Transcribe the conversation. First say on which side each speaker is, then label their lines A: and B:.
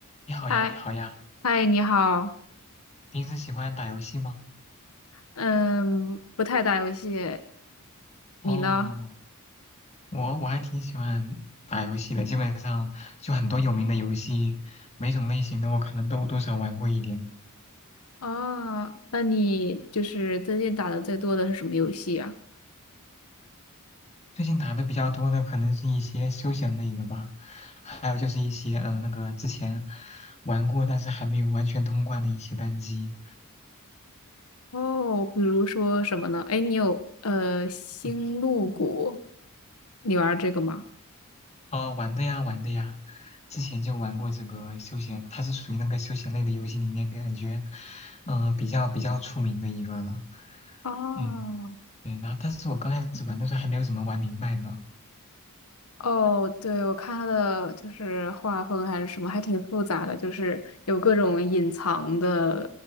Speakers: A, on the left (about 30°); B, on the left (about 75°).
A: 你好呀，
B: 嗨
A: 你好呀，
B: 嗨，你好，
A: 你平时喜欢打游戏吗？
B: 嗯，不太打游戏，
A: 哦，
B: 你呢？
A: 我我还挺喜欢打游戏的，基本上就很多有名的游戏，每种类型的我可能都多少玩过一点。
B: 啊，那你就是最近打的最多的是什么游戏啊？
A: 最近打的比较多的可能是一些休闲类的吧，还有就是一些嗯、呃那个之前玩过但是还没有完全通关的一些单机。
B: 哦，比如说什么呢？哎，你有呃星露谷，
A: 嗯，
B: 你玩这个吗？
A: 哦，玩的呀，玩的呀，之前就玩过这个休闲，它是属于那个休闲类的游戏里面感觉，嗯、比较比较出名的一个了。
B: 哦，
A: 嗯。对，然后但是我刚开始玩的时候还没有怎么玩明白呢。
B: 哦，对，我看它的就是画风还是什么，还挺复杂的，就是有各种隐藏的